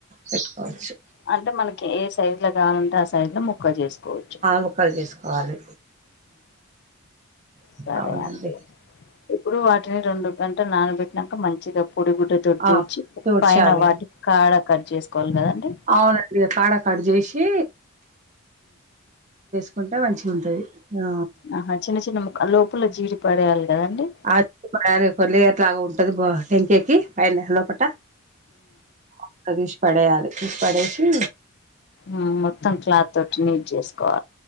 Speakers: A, on the right; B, on the left.
A: పెట్టుకోవచ్చు
B: అంటే మనకి ఏ సైజ్ లో కావాలంటే ఆ సైజ్ లో ముక్కలు చేసుకోవచ్చు
A: ముక్కల్ జేసుకోవాలి ఆ
B: సరే
A: అవునండి
B: అండి ఇప్పుడు వాటిని రొండు గంట నానబెట్టినంక మంచిగా పొడి గుడ్డ తోటి
A: ఆ
B: తూడ్చి
A: తోడ్చాలండి
B: పైన వాటి కాడ కట్ చేసుకోవాలి కదండి
A: అవునండి కాడ కట్ జేసి కుంటె మంచిగుంటది ఆ
B: అహ చిన్న చిన్న ముక్క లోపల జీడి పడేయాలి కదండి
A: ఆయ క <unintelligible> ఉంటది టెంకాయకి పైన లోపట తొక్క తీసి పడేయాలి తీసి పడేషి
B: ఆ మొత్తం క్లాత్ తోటి నీట్ చేసుకోవ